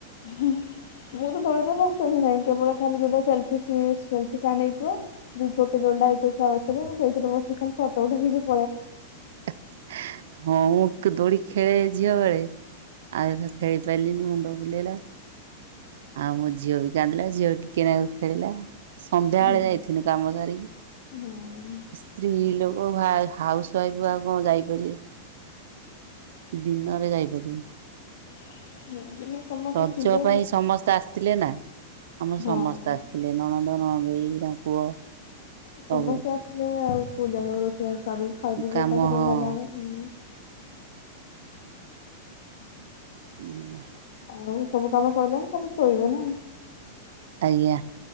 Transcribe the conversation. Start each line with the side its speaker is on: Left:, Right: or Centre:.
Left: ହୁଁ ହୁଁ ମୁଁ ତ ଦୋଳି ରେ ବସେ ହି ନାହିଁ କେବଳ ଖାଲି ଯୋଉଟା ସେଲଫୀ। କି ସେ ସେଲଫି ଷ୍ଟାଣ୍ଡ ହେଇଥିବ ଯୋଉ ଛୋଟ ଦୋଳି ଟା ହେଇଥିବ ଛୁଆ ବସିଥିବେ ମୁଁ ସେଇଥେରେ ବଶିକି ଖାଲି ଫଟ ଉଥାଇଦେଇକି।
Right: <unintelligible> ହଁ ମୁଁ ତ ଦୋଳି ଖେଳେ ଝିଅ ବେଳେ ଆଉ ଏଥର ଖେଳି ପାରିଲିନି ମୁଣ୍ଡ। ବୁଲେଇଲା। ଆଉ ମୋ ଝିଅ ବି କାନ୍ଦିଲା ଝିଅ ବି ଟିକେ ନାକୁରୁ ଖେଳିଲା। ସନ୍ଧ୍ୟାବେଳେ
Left: ହୁଁ
Right: ଯାଇଥିନୁ କାମ ସାରିକି
Left: ହଁ
Right: ସ୍ତ୍ରୀ ଲୋକ। ଓ ହାଏ ହାଉସ ୱାଇଫ୍ ଆଉ କଣ ଯାଇପାରିବେ। ଦିନରେ ଯାଇ ପାରିବେନି।
Left: <inaudible>
Right: ରଜ
Left: ଥିବେ
Right: ପାଇଁ ସମସ୍ତେ ଆସିଥିଲେ ନା ଆମର
Left: ହଁ
Right: ସମସ୍ତେ ଆସିଥିଲେ ନଣନ୍ଦ। ନଣଦେଇ ତାଙ୍କ ପୁଅ।
Left: ସମସ୍ତେ
Right: ସବୁ
Left: ଆସିଲେ ଆଉ କୋଉଠି ଯାଇ ହବ ରଷେଇବାସ ସାରିକି ଖାଇପିଇ
Right: କାମ
Left: ଏକା ସାଥେ
Right: ହଁ
Left: ଗଲାବେଳେ।
Right: ଉଁ ବା।
Left: ଆଉ ସବୁ କାମ ସଇଲାଣି ଖାଲି ଶୋଇବେ ନା।
Right: ଆଜ୍ଞା।